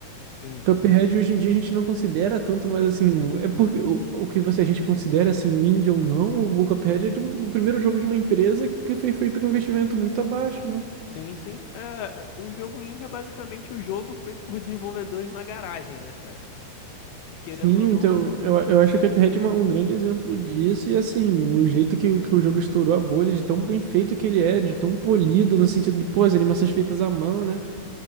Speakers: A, on the left (about 80°); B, on the right (about 80°).
A: Sim.
B: Cuphead hoje em dia a gente não considera tanto, mas assim, é porque o, o que você a gente considera assim, o indie ou não, o, o Cuphead é de um- do primeiro jogo de uma empresa que, que foi feito com investimento muito abaixo, né?
A: Sim, sim. É, o jogo indie é basicamente o jogo feito por desenvolvedores na garagem, né, cara? Querendo
B: Sim,
A: ou não,
B: então eu, eu acho que o Cuphead é uma- um grande exemplo disso, e assim, o jeito que, o- que o jogo estourou a bolha, de tão bem feito que ele é, de tão polido, no sentido de, pô, as animações feitas à mão, né?